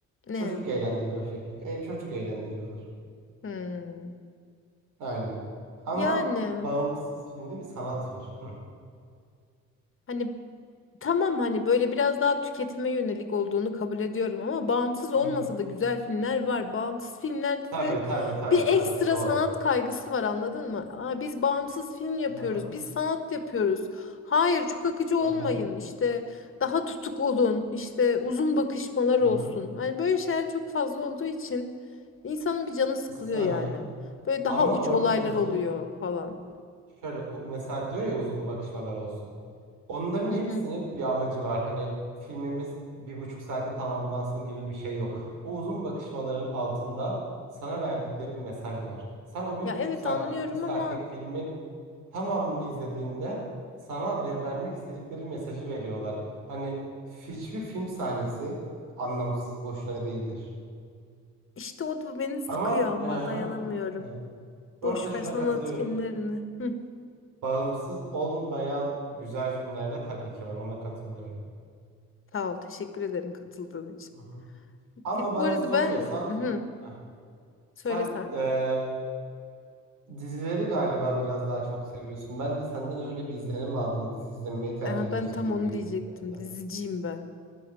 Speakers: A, on the left (about 45°); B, on the right (about 90°).
A: Ne?
B: Çocuk eğlendirme filmi. E, çocuk eğlendiriyorlar.
A: Hmm.
B: Aynen. Ama
A: Yani
B: bağımsız filmde bir sanat var. Hı.
A: hani Tamam hani böyle biraz daha tüketime yönelik olduğunu kabul ediyorum ama bağımsız olmasa
B: Hı hı.
A: da güzel filmler var. Bağımsız filmlerde
B: Tabii
A: de
B: tabii tabii
A: bir
B: tabii
A: ekstra
B: doğru.
A: sanat kaygısı var anladın mı? Aa, biz bağımsız film yapıyoruz,
B: Hı hı.
A: biz sanat yapıyoruz. Hayır çok akıcı olmayın
B: Hı hı.
A: işte daha tutuk olun işte uzun bakışmalar
B: Hı
A: olsun.
B: hı.
A: Hani böyle şeyler çok fazla olduğu için insanın bir canı sıkılıyor
B: Isı,
A: yani.
B: hı.
A: Böyle daha
B: Ama
A: uç
B: orada
A: olaylar
B: uzun
A: oluyor falan.
B: şöyle o- mesela diyor ya uzun bakışmalar olsun. Onların
A: Hı
B: hepsinin
A: hı.
B: bir amacı var. Hani filmimiz bir buçuk saate tamamlansın gibi bir şey yok. O uzun bakışmaların altında sana verdikleri bir mesaj var. Sen o bir
A: Ya
B: buçuk
A: evet
B: saatlik
A: anlıyorum
B: iki saatlik
A: ama
B: filmin tamamını izlediğinde sana ver- vermek istedikleri mesajı veriyorlar. Hani hiçbir film sahnesi anlamsız boşuna değildir.
A: İşte o da beni sıkıyor
B: Ama
A: ama
B: aha,
A: dayanamıyorum.
B: evet. Bu
A: Boş
B: arada şuna
A: ver sanat
B: katılıyorum.
A: filmlerini. Hı.
B: Bağımsız olmayan güzel filmler de tabii ki var. Ona katılıyorum.
A: Sağ ol, teşekkür ederim katıldığın için.
B: Hı hı.
A: Di-
B: Ama bana
A: Bu arada
B: soruyorsan
A: ben hı,
B: heh,
A: söylesen.
B: sen eee, dizileri galiba biraz daha çok seviyorsun. Ben de senden öyle bir izlenim aldım. Dizi izlemeyi tercih
A: Aha,
B: ediyorsun
A: ben tam
B: gibi
A: onu diyecektim.
B: hissettim.
A: Diziciyim ben.